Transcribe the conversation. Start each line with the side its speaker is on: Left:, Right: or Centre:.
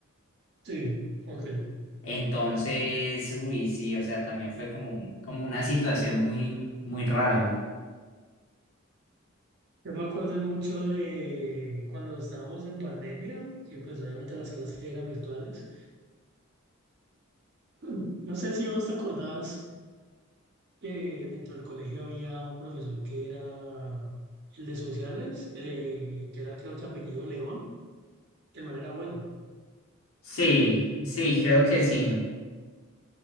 Right: Sí, ok.
Left: Entonces, uy, sí, o sea, también fue como, un- como una situación muy, muy rara.
Right: Yo me acuerdo mucho de cuando estábamos en pandemia, que pues obviamente las clases eran virtuales. <clears throat> No sé si vos te acordás que dentro del colegio había un profesor que era el de sociales, eh, que era creo que apellido León, que el man era bueno.
Left: Sí, sí, creo que sí.